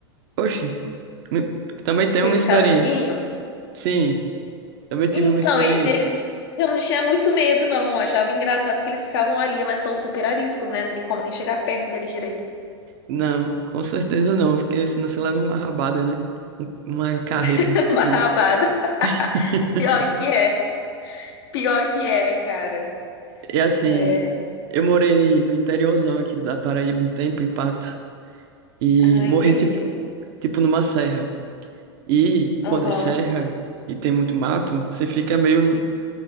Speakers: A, on the right; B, on the left.
A: Oxe, me- também tenho
B: Aqueles
A: uma experiência.
B: calanguinhos.
A: Sim, também tive
B: Então,
A: uma experiência.
B: e deles eu não tinha muito medo, não. Eu achava engraçado que eles ficavam ali, mas são super ariscos, né? Nem como nem chegar perto deles direito.
A: Não, com certeza não, porque senão você leva uma rabada, né? Um- Uma carreira,
B: <laughs> Uma
A: Denis.
B: rabada.
A: <laughs>
B: Pior que é. Pior que é, cara.
A: E assim,
B: É.
A: eu morei no interiorzão aqui da Paraíba um tempo, em Pato, e
B: Ah,
A: morri
B: entendi.
A: tipo, tipo numa serra. E
B: Aham,
A: quando é serra e tem muito mato, você fica meio